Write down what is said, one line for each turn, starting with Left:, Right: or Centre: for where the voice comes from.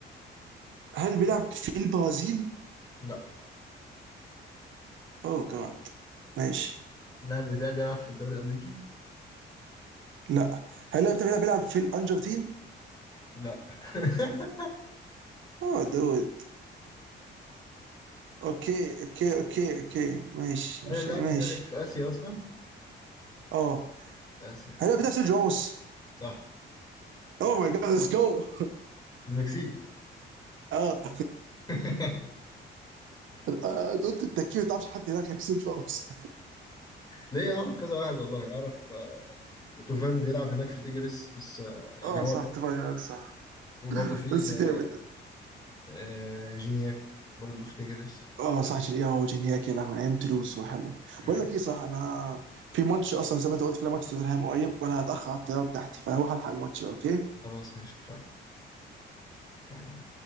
Right: هل بيلعب في البرازيل؟
Left: لا
Right: اوه جاد ماشي
Left: اللاعب بتاعي بيلعب في الدوري الأمريكي؟
Right: لا هل بيلعب بيلعب بيلعب في الارجنتين؟
Left: لا <laughs>
Right: اوه دود اوكي اوكي اوكي اوكي ماشي ماشي
Left: هل اللاعب
Right: ماشي
Left: بتاعي في آسيا أصلا؟
Right: اه
Left: في آسيا أوكي
Right: هل بتاع سيرجيو راموس؟
Left: صح
Right: اوه ماي جاد ليتس جو <laughs>
Left: في المكسيك
Right: اه
Left: <laughs>
Right: آه، انت قلت التكيه ما تعرفش حد هناك غير سيرجيو راموس
Left: ليه أعرف كذا واحد والله أعرف آه، توفان بيلعب هناك في تيجرس بس آه، يعني
Right: اه
Left: هو
Right: صح اتفقنا هناك صح
Left: وبرضه في
Right: بس
Left: آه،
Right: جامد
Left: آه، جينياك برضه في تيجرس
Right: اه صح جيلياو وجينياك يا لهوي من ايام تولوز وحلو
Left: مم،
Right: بقول لك ايه صح انا في ماتش اصلا زي ما انت قلت في ماتش توتنهام قريب وانا هتاخر على الطياره بتاعتي فهروح الحق الماتش بقى اوكي
Left: خلاص مش اتفقنا باي باي